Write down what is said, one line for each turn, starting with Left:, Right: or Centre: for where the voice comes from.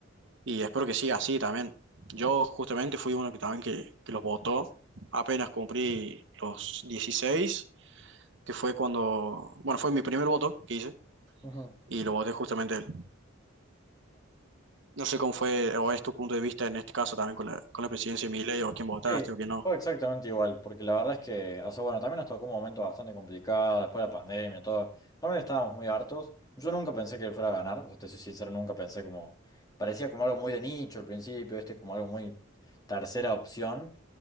Right: Y espero que siga así también. Yo justamente fui uno que también que, que los votó apenas cumplí los dieciséis que fue cuando, bueno, fue mi primer voto que hice
Left: Ujú.
Right: y lo voté justamente a él. No sé cómo fue o es tu punto de vista en este caso también con la, con la presidencia de Milei o a quién votaste
Left: Sí,
Right: o quién no.
Left: fue exactamente igual, porque la verdad es que, o sea, bueno, también nos tocó un momento bastante complicado, después de la pandemia, todo, también estábamos muy hartos. Yo nunca pensé que él fuera a ganar, o sea, te soy sincero, nunca pensé como, parecía como algo muy de nicho al principio, este como algo muy tercera opción,